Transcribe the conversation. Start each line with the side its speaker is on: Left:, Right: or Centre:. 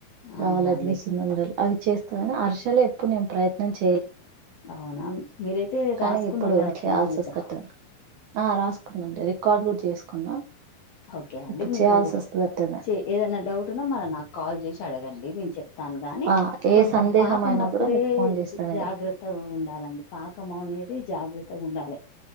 Left: అవునండి
Right: రవ్వ లడ్లు సున్నుండలు అవి చేస్తగని హర్షలే ఎప్పుడు నేను ప్రయత్నించ
Left: అవునా మీరైతే
Right: కానీ
Left: రాసుకున్నారు
Right: ఇప్పుడు
Left: కదా
Right: చేయాల్సి
Left: ప్రణాళిక
Right: వస్తట్టుంది ఆ రాసు రికార్డు కూడా చేసుకున్నా
Left: ఓకే అండి
Right: ఇప్పుడు
Left: మీరు
Right: చేయాల్సి వస్తదట్టనే
Left: చే ఏదైనా డౌట్ ఉన్నా మన నాకు కాల్ చేసి అడగండి నేను చెప్ తాను గాని
Right: ఆ ఏ
Left: కొంచం
Right: సందేహం
Left: పాకం
Right: అయినా
Left: అప్పుడే
Right: కూడా మీకు ఫోన్ చేస్తానయ్యా
Left: జాగ్రత్తగా ఉండాలండి పాకం అవు నేది జాగ్రత్తగా ఉండాలే